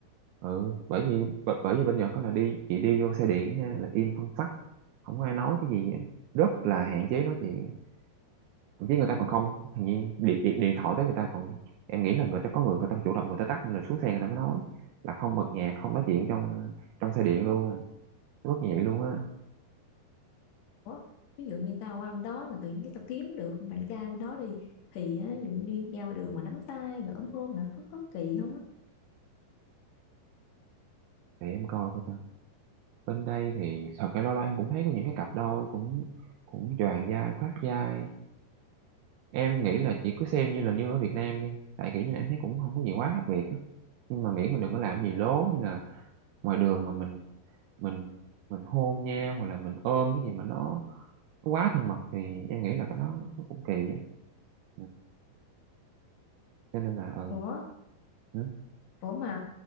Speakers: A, on the right; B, on the left.
A: ừ bởi vì bởi, bởi vì bên Nhật đó là đi chị đi vô xe điện ha là im phăng phắc không có ai nói cái gì á. rất là hạn chế nói chuyện thậm chí người ta còn không hình như điện, điện, điện thoại tới người ta còn em nghĩ là người ta có người người ta chủ động người ta tắt nên là xuống xe người ta mới nói là không bật nhạc không nói chuyện trong trong xe điện luôn rất như vậy luôn á
B: Ủa? ví dụ như tao qua bên đó mà tự nhiên cái tao kiếm được bạn trai bên đó đi thì á, ví dụ như ra ngoài đường mà nắm tay rồi ôm hôn là có có kỳ không á
A: để em coi coi ta bên đây thì thật cái lo lo em cũng thấy có những cái cặp đôi cũng cũng choàng vai khoác vai em nghĩ là chị cứ xem như là như ở Việt Nam đi tại kiểu như là em thấy cũng không có gì quá khác biệt á nhưng mà miễn mình đừng có làm gì lố như là ngoài đường mà mình mình mình hôn nhau hoặc là mình ôm cái gì mà nó, nó quá thân mật thì em nghĩ là cái đó nó cũng kỳ á Ừ. cho nên là ừ
B: Ủa
A: ừ,
B: ủa mà